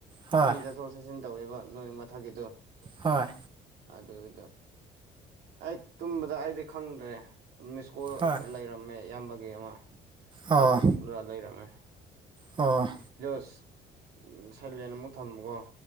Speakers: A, on the right (about 30°); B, on the right (about 75°).
A: ꯍꯣꯏ
B: ꯃꯤ ꯆꯠꯊꯣꯛ ꯆꯠꯁꯤꯟ ꯇꯧꯔꯤꯕ ꯅꯣꯏ ꯃꯊꯛꯀꯤꯗꯨ
A: ꯍꯣꯏ
B: ꯑꯗꯨꯗꯣ ꯑꯩ ꯇꯨꯝꯕꯗ ꯑꯩꯗꯤ ꯈꯪꯗ꯭ꯔꯦ ꯃꯤꯁꯀꯣꯜ
A: ꯍꯣꯏ
B: ꯂꯩꯔꯝꯃꯦ ꯏꯌꯥꯝꯕꯒꯤ ꯑꯃ
A: ꯑꯣ
B: ꯇꯔꯨꯛ ꯂꯩꯔꯝꯃꯦ
A: ꯑꯣ
B: ꯑꯁ ꯁꯂꯦꯟ ꯑꯃꯨꯛ ꯊꯝꯃꯨꯀꯣ